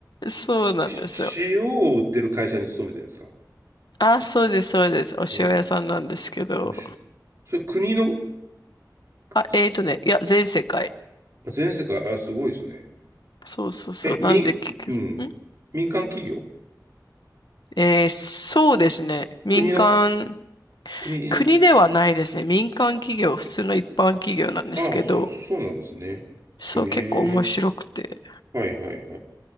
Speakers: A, on the left (about 85°); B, on the right (about 45°).
A: そうなんですよ。
B: し、し塩を売ってる会社に勤めてるんですか。
A: あ、そうです、そうです。お塩屋さんなんですけど。
B: え、おし、それ国の、ん
A: あ、
B: す
A: えーとね、いや、全世界。
B: 全世界、あ、すごいですね。
A: そうそうそう。
B: え、み、
A: なんで結局、
B: うん。
A: ん
B: 民間企業
A: えー、そうですね。民間、
B: 国の、国の、
A: 国ではないですね。民間企業、普通の一般企業なんですけど、
B: あ、そう、そうなんですね。
A: そう、
B: ええ
A: 結構面白くて。
B: はいはいはい。